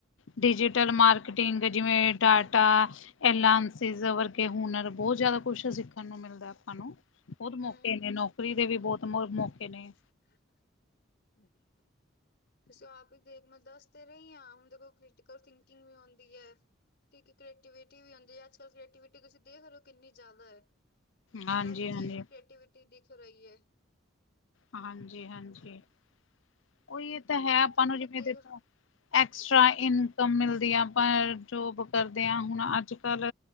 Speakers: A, on the left (about 80°); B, on the left (about 55°).
A: ਡਿਜੀਟਲ ਮਾਰਕੀਟਿੰਗ
B: ਹੂੰ
A: ਜਿਵੇਂ ਡਾਟ ਟਾ ਐਲਾਂਸਿਸ ਵਰਗੇ ਹੁਨਰ ਬਹੁਤ ਜ਼ਿਆਦਾ ਕੁਛ ਸਿੱਖਣ ਨੂੰ ਮਿਲਦਾ। ਸਾਨੂੰ ਬਹੁਤ
B: ਹੂੰ
A: ਮੌਕੇ ਨੇਂ, ਨੌਕਰੀ ਦੇ ਵੀ ਬਹੁਤ ਮੌ ਮੌਕੇ ਨੇਂ।
B: <inaudible> ਤੁਸੀਂ ਆਪ ਹੀ ਦੇਖ ਮੈਂ ਦੱਸਦੇ ਰਹੀ ਆਂ ਹੁਣ ਦੇਖੋ ਕ੍ਰਿਟੀਕਲ ਥਿੰਕਿੰਗ ਵੀ ਆਉਂਦੀ ਐ। ਇੱਕ ਕ੍ਰੀਏਟੀਵਿਟੀ ਵੀ ਹੁੰਦੀ ਐ, ਅੱਜ-ਕੱਲ੍ਹ ਕ੍ਰੀਏਟੀਵਿਟੀ ਤੁਸੀਂ ਦੇਖ ਰਹੇ ਹੋ ਕਿੰਨੀ ਜ਼ਿਆਦਾ ਐ।
A: ਹਾਂਜੀ-ਹਾਂਜੀ।
B: ਹਰ ਚੀਜ਼ ਵੀ ਕ੍ਰੀਏਟੀਿਵਿਟੀ ਦਿਖ ਰਹੀ ਐ।
A: ਹਾਂਜੀ ਹਾਂਜੀ, ਉਹੀ ਇਹ ਤਾਂ ਹੈ ਆਪਾਂ
B: ਤੂੰ
A: ਨੂੰ ਜਿਵੇਂ
B: ਖੁਦ ਦੇਖ
A: ਦੱਸੋ
B: ਰ
A: ਐਕਸਟਰਾ ਇਨਕਮ ਮਿਲਦੀ ਆ, ਆਪਾਂ ਜੋਬ ਕਰਦੇ ਆਂ ਹੁਣ ਅੱਜ ਕੱਲ